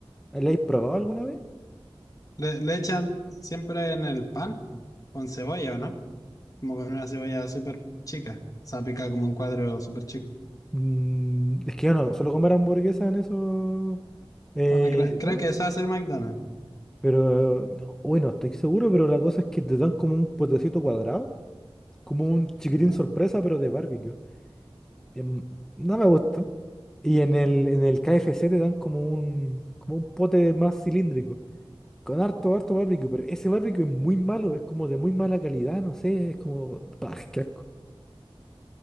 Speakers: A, in the centre; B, on the left.
A: ¿La habéis probado alguna vez?
B: le, le echan siempre en el pan, po, con cebolla, ¿o no? Como con una cebolla súper chica, se pica como un cuadro súper chico.
A: Mm, es que yo no, suelo comer hamburguesas en esos eh,
B: Bueno, cre- creo
A: lados.
B: que eso hace el McDonald's,
A: Pero, no, uy, no estoy seguro, pero la cosa es que te dan como un potecito cuadrado, como un chiquitín
B: ¿ya?
A: sorpresa, pero de barbecue. Em, no me gusta. Y en el, en el KFC te dan como un, como un pote más cilíndrico, con harto, harto barbecue, pero ese barbecue es muy malo, es como de muy mala calidad, no sé, es como, bah, qué asco.